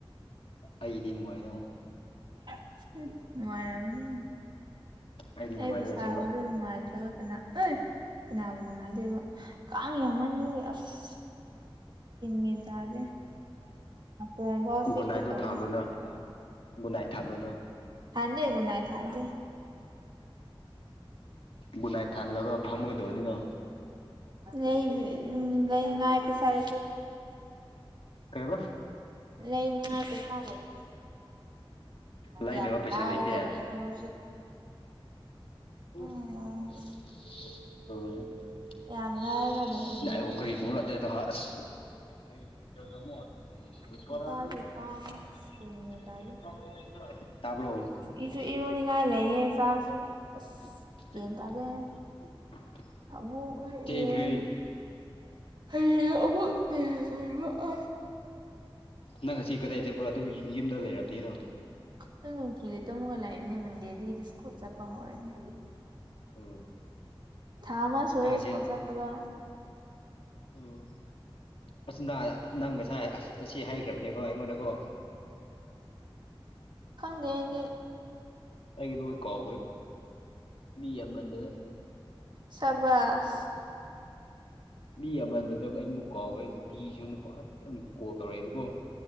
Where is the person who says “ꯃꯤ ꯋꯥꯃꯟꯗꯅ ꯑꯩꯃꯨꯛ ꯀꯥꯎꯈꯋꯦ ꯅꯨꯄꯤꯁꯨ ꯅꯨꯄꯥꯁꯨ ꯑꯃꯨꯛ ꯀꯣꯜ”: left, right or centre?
Left